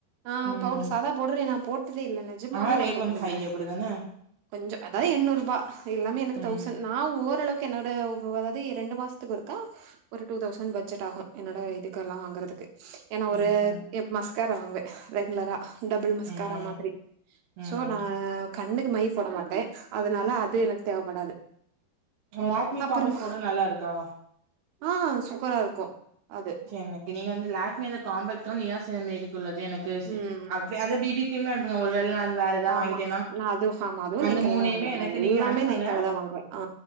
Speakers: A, on the right; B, on the right.
A: அ
B: ம்
A: பவுட்ரு சாதா பவுட்ரு நா போட்டதே இல்ல நெஜமாவே
B: ஆ ரேட்
A: நா போட்டதில்ல
B: கொஞ்சோ ஹை அப்டிதான
A: கொஞ்சோ அதாவ்து எண்ணூர்ருபா எல்லாமே எனக்கு
B: ம்
A: தௌசண் நா ஓரளவு க்கு என்னோட ஒவ் வ் அதாவ்து எ ரெண்டு மாஸ்த்துக் ஒருக்கா ஒரு டூ தௌசண் பட்ஜெட் ஆகு என்னோட இதுக்கெல்லா வாங்கறதுக்கு ஏனா
B: ம்
A: ஒரு
B: ம்
A: எ மஸ்காரா வாங்வே ரெகுலரா டபுள் மஸ்காரா
B: ம்
A: மாதிரி
B: ம்
A: சோ நா கண்ணுக்கு மை போட மாட்டே அதுனால அது எனக்கு தேவப்படாது
B: லேக்மீ
A: அப்புறமா
B: காம்பெக்ட் பவுட்ரு நல்லாருக்கா
A: ஆ சூப்பரா இருக்கு அது
B: எனக்கு நீங் வந்து லேக்மீல காம்பெக்ட்டு நியாசெனைடுக்குள்ளது எனக்கு சே
A: ம்
B: அப் டி அதே பி பி க்ரீமே அனுப்புங்க ஒருவேள அது வேற எதா வாங்கிட்டேன்னா
A: ஆமா நா அதுவு ஆமா அதுவு
B: அந்த
A: நைக்கால
B: மூணயுமே
A: தா வாங்குவே
B: எனக்கு
A: நா எல்லாமே
B: நீங்க அனுப்புங்க
A: நைக்கால தா வாங்குவே ஆ